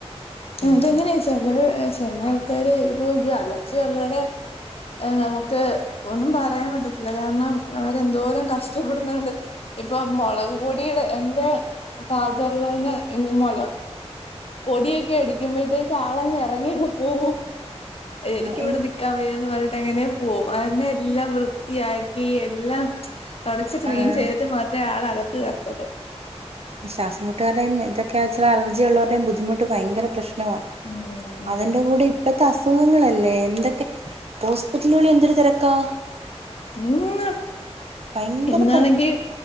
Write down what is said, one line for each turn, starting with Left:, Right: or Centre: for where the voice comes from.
Left: അതെങ്ങനെയ
Right: എന്ത്
Left: ചില ചില ആൾക്കാര് പ്പോ അലർജിള്ളരെ. ഏഹ് നമുക്ക് ഒന്നും പറയാൻ പറ്റത്തില്ല കാരണം അവരെന്തോരം കഷ്ടപ്പെടുന്നുണ്ട്. ഇപ്പൊ മുളക് പൊടിയുടെ എന്റെ ഫാദറലോന്റെ ഇനി മൊ പൊടിയൊക്കെ അടിക്കുമ്പോഴത്തേക്ക് ആളങ്ങ് ഇറങ്ങി അങ് പോവും
Right: ആഹ്
Left: എനിക്കിവിടെ
Right: എനി
Left: ന്നിക്കാ ക വയന്ന് പറഞ്ഞട്ട് അങ്ങനെ പോവും എല്ലാം വൃത്തിയാക്കി എല്ലാം. തുടച്ച് ക്ലീൻ
Right: ആഹ്
Left: ചെയ്തിട്ട് മാത്രമേ ആൾ അകത്ത് കയറതൊള്ളൂ.
Right: ശ്വാസ മുട്ടുകരുടെയും ഇതൊക്കെ ആയച്ചാ അലജിയുള്ളവരുടെയും ബുദ്ധിമുട്ട് ഭയങ്ക പ്രശ്നമാ.
Left: ഉമ് ഉമ് ഉമ്
Right: അതിന്റെ കൂടെ ഇപ്പഴത്തെ അസുഖങ്ങളല്ലേ എന്തൊക്കെ ഹോസ്പിറ്റലുകളിൽ എന്തൊരു തെരക്കാ.
Left: ഉമ്
Right: ഭയങ്കര
Left: ഇന്നാണെങ്കി
Right: തിരക്ക്